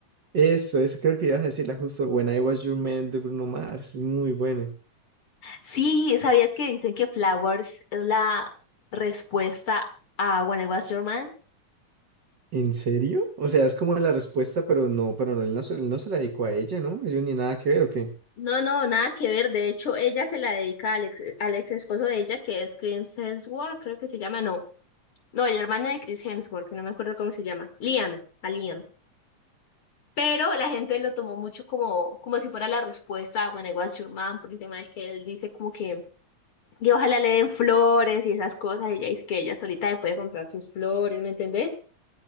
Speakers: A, on the right (about 70°); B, on the left (about 45°).
A: Eso, eso creo que ibas a decirla justo, When I Was Your Man de Bruno Mars, es muy buena.
B: Sí, ¿sabías que dicen que Flowers es la respuesta a When I Was Your Man?
A: ¿En serio? O sea, es como la respuesta, pero no, pero no, él no, se- él no se la dedicó a ella, ¿no? Ellos ni nada que ver, ¿o qué?
B: No, no, nada que ver. De hecho, ella se la dedica al ex, al ex esposo de ella, que es Chris Hemsworth, creo que se llama, no. No, el hermano de Chris Hemsworth, que no me acuerdo cómo se llama. Liam, a Liam. Pero la gente lo tomó mucho como, como si fuera la respuesta a When I Was Your Man, por el tema de que él dice como que, y ojalá le den flores y esas cosas. Y ella dice que ella solita le puede comprar sus flores, ¿me entendés?